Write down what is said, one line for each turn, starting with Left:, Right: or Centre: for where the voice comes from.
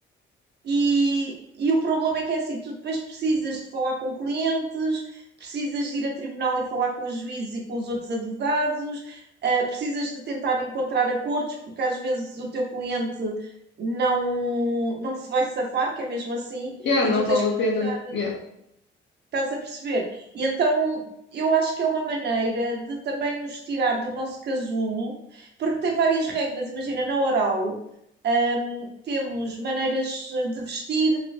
Right: e, e o problema é que é assim, tu depois precisas de falar com clientes, precisas de ir a tribunal e falar com os juízes e com os outros advogados, eh, precisas de tentar encontrar acordos, porque às vezes o teu cliente não, não se vai safar, que é mesmo assim,
Left: Yeah,
Right: e
Left: não
Right: tu
Left: vale
Right: tens que
Left: a pena.
Right: arranjar
Left: Yeah.
Right: Estás a perceber? E então eu acho que é uma maneira de também nos tirar do nosso casulo, porque tem várias regras. Imagina, na oral, hum, temos maneiras eh, de vestir